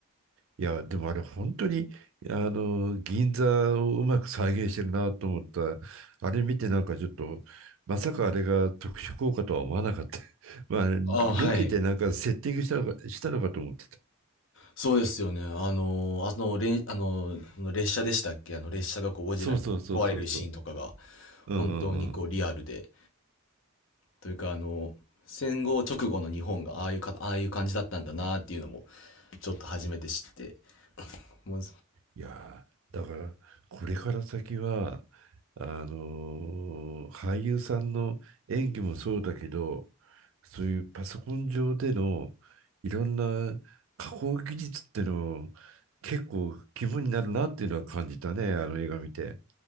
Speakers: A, on the right; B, on the left.
A: いや、でもあれ、本当に、あの、銀座をうまく再現してるなと思った。あれ見て、なんかちょっと、まさかあれが特殊効果とは思わなかった。<laughs> まあ、
B: あはい。
A: ロケでなんかセッティングしたのか、したのかと思ってた。
B: そうですよね。あの、あの、れん、あの、あの列車でしたっけあの、列車がこう、ゴジラに壊れるシーンとかが、
A: そうそうそうそうそう。うんうんうん。
B: 本当にこう、リアルで、というか、あの、戦後直後の日本がああいうか、ああいう感じだったんだなっていうのも、ちょっと初めて知って。もう、
A: いやー、だから、これから先は、あのー俳優さんの演技もそうだけど、そういうパソコン上でのいろんな加工技術っての結構肝になるなっていうのは感じたね、あの映画見て。